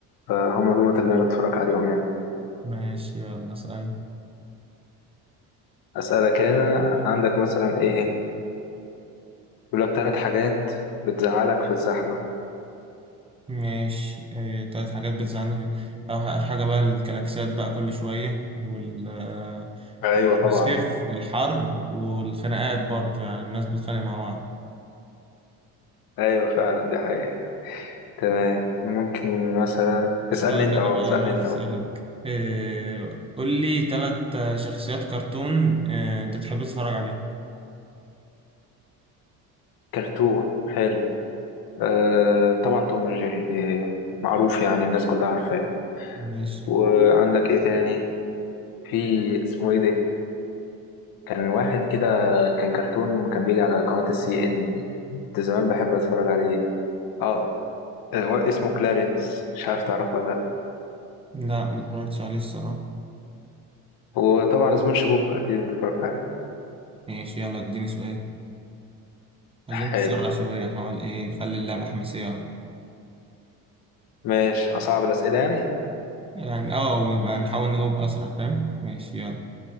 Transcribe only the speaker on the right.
ماشي يلا اسأل
ماشي إيه، تلات حاجات بتزعلني أو ح- حاجة بقى الكلاكسيات بقى كل شوية وال آه،
الصيف الحر والخناقات برضه يعني الناس بتتخانق مع بعض
أسألك
أنا
بقى
آه،
أسألك
إيه، قول لي تلات آه، شخصيات كرتون إيه، أنت بتحب تتفرج عليه
ماشي
لا متفرجتش عليه الصراحة
ماشي يلا اديني سؤال عايزين
نسرع شوية نحاول إيه نخلي اللعبة حماسية أكتر.
يعني اه ويبقى نحاول نجاوب أسرع فاهم ماشي يلا